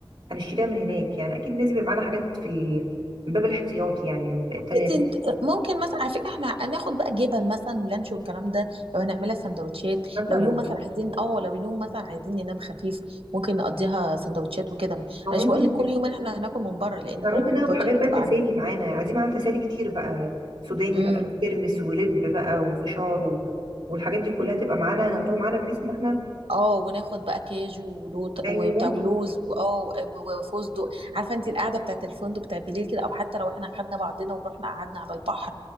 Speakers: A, on the right; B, on the right.
A: هنشتريها من هناك يعني أكيد لازم يبقى معانا حاجات في ال... من باب الاحتياط يعني ب- ت-
B: عايزين- ممكن مثلا على فكره احنا هناخد بقى جبن مثلا ولانش والكلام ده لو هنعملها سندوتشات
A: مثلا
B: لو يوم مثلا عايزين اه لو يوم مثلا عايزين ننام خفيف ممكن نقضيها سندوتشات وكده انا
A: أو ممكن
B: مش بقول لك كل يوم احنا هناكل من بره لان
A: إحنا
B: برك
A: ممكن ناخد
B: البادجت
A: حاجات
B: هتبقى
A: بقى تسالي
B: عاليه
A: معانا عايزين معانا تسالي كتير بقى سوداني
B: امم.
A: بقى ترمس ولب بقى وفشار و... والحاجات دي كلها تبقى معانا ناخدوها معانا بحيث إن إحنا
B: اه وناخد بقى كاجو ولوط
A: أيوه
B: وبتاع ولوز واه و- وفستق عارفه انت القعده بتاعت الفندق بتاع بالليل كده او حتى لو احنا خدنا بعضنا ورحنا قعدنا على البحر